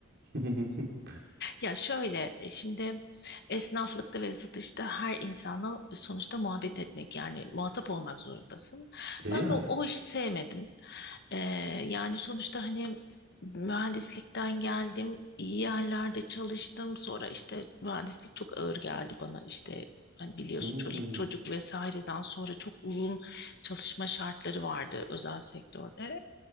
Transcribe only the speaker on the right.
<laughs>
E
yani.
Hmm,